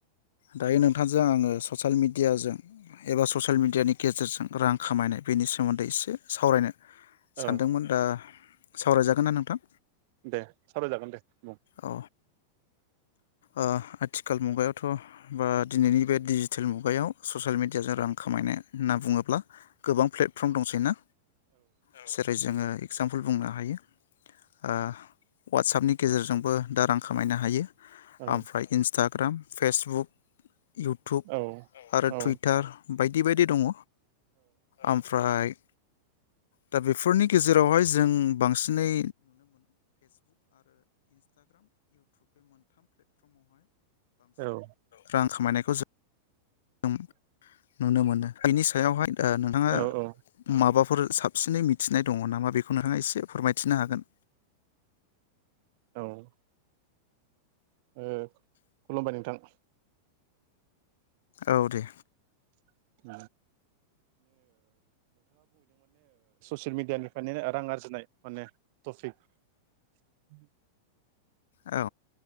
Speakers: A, on the left; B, on the right.
A: दायो नोंथांजों आङो ससेल मिडियाजों एबा ससेल मिडियानि गेजेरजों रां खामायनाय बेनि सोमोन्दै एसे सावरायनो
B: औ
A: सानदोंमोन दा सावरायजागोन ना नोंथां?
B: दे सावरायजागोन दे बुं।
A: औ ओ आथिखाल मुगायाव थ' बा दिनैनि बे डिजिटेल मुगायाव ससियेल मिडियाजों रां खामायनाय होनना बुङोब्ला गोबां प्लेटफरम दंसै ना? औ जेरै जोङो एगजामपोल बुंनो हायो ओ वाटसापनि गेजेरजोंबो दा रां खामायनो हायो।
B: औ
A: आमफ्राय इन्स टाग्राम फेसबुक इउटुब
B: औ
A: आरो
B: औ
A: टुइटार बायदि बायदि दङ'। आमफ्राय दा बेफोरनि गेजेरावहाय जों बांसिनै
B: औ
A: रां खामायनायखौ जो जों नुनो मोनो बिनि सायावहाय दा नोंथाङा
B: औ
A: माबाफोर फोर साबसिनै मिथिनाय दङ' नामा बेखौ नोंथाङा एसे फोरमायथिनो हागोन
B: औ ओम खुलुमबाय नोंथां
A: औ दे
B: <inaudible> सेल मिडियानिफ्राय रां आरजिनाय माने टपिक
A: औ